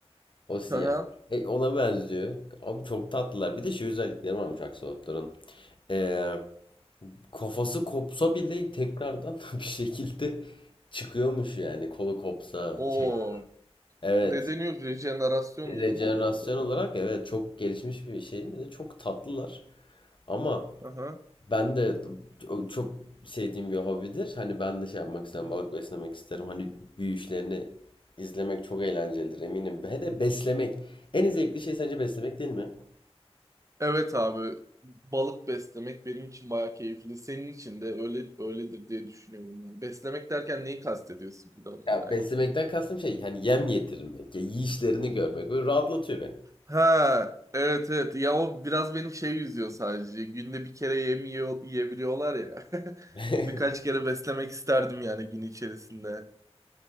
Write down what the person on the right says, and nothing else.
Hı hı.
Oo.
Ne deniyor? Rejenerasyondu
değil mi onun adı?
Aha.
Hı hı.
Evet abi. Balık beslemek benim için bayağı keyifli. Senin için de öyle öyledir diye düşünüyorum. Yani beslemek derken neyi kastediyorsun bir de onu
merak
ettim.
Ha, evet evet. Ya o biraz benim şey yüzüyor sadece. Günde bir kere yem yiyor, yiyebiliyorlar ya.
<laughs> Birkaç kere beslemek isterdim yani gün içerisinde.